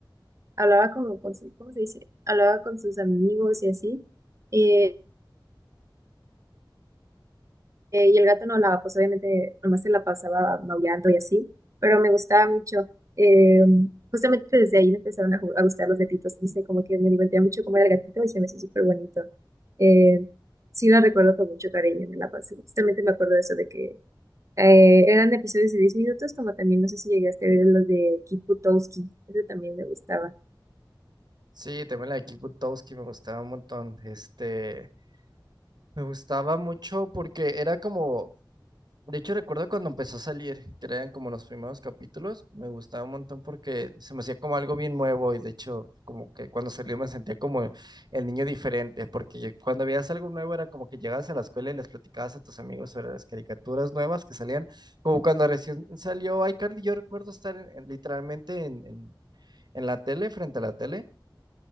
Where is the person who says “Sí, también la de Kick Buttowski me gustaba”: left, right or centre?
Right